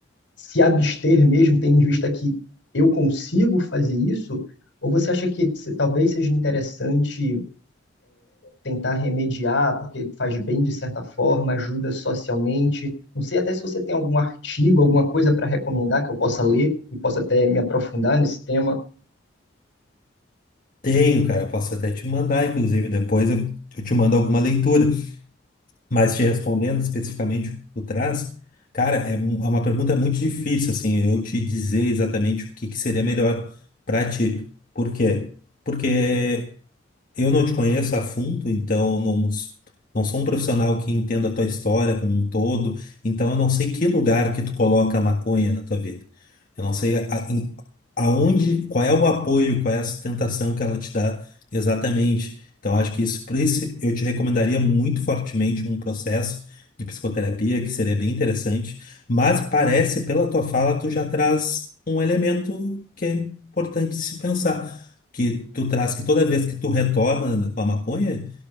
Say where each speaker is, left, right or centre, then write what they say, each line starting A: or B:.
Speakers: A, on the left; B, on the left.
A: se abster mesmo, tendo em vista que eu consigo fazer isso? Ou você acha que se- talvez seja interessante tentar remediar, porque faz bem de certa forma, ajuda socialmente. Não sei até se você tem algum artigo, alguma coisa para recomendar que eu possa ler e possa até me aprofundar nesse tema.
B: tenho, cara. Posso até te mandar, inclusive, depois eu, eu te mando alguma leitura. Mas te respondendo especificamente o que tu traz, cara, é, um- é uma pergunta muito difícil, assim, eu te dizer exatamente o que, que seria melhor pra ti. Por quê? Porque Eu não te conheço a fundo, então eu não, não sou um profissional que entenda a tua história como um todo, então eu não sei que lugar que tu coloca a maconha na tua vida. Eu não sei a- em- aonde, qual é o apoio, qual é a sustentação que ela te dá exatamente. Então acho que isso, por isso eu te recomendaria muito fortemente um processo de psicoterapia, que seria bem interessante, mas parece pela tua fala tu já traz um elemento que é importante se pensar que tu traz que toda vez que tu retorna com a maconha,